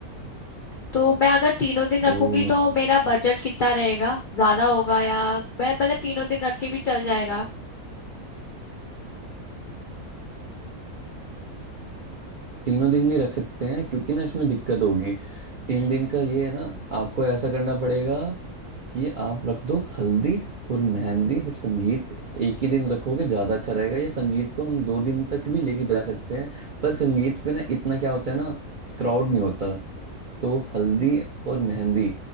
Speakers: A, on the left; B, on the right.
A: तो मैं अगर तीनों दिन
B: तो
A: रखूंगी तो
B: अम,
A: मेरा बजट कितना रहेगा ज्यादा होगा या मैं मतलब तीनों दिन रख के भी चल जाएगा
B: तीनों दिन नहीं रख सकते हैं क्योंकि ना इसमें दिक्कत होगी तीन
A: हम्म
B: दिन का ये है ना आपको ऐसा करना पड़ेगा कि आप रख दो हल्दी और मेहंदी और संगीत एक ही दिन रखोगे ज्यादा अच्छा रहेगा या संगीत को हम दो दिन तक भी लेके जा सकते हैं पर संगीत पे ना इतना क्या होता है ना क्राउड नहीं होता तो हल्दी और मेहंदी